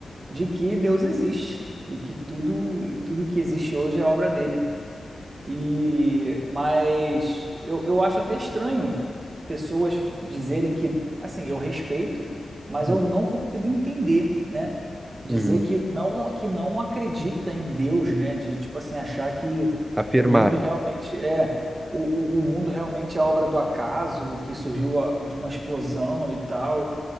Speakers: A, on the right; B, on the right.
A: de que Deus existe e que tudo, tudo que existe hoje é obra dele. E mas eu, eu acho até estranho pessoas dizerem que, assim, eu respeito, mas
B: uhum.
A: eu não consigo entender, né? Dizer
B: Uhum.
A: que não que não acredita em Deus, né? De tipo assim achar que
B: Afirmar.
A: o mundo realmente é o, o, o mundo realmente é obra do acaso, que surgiu a- de uma explosão e tal.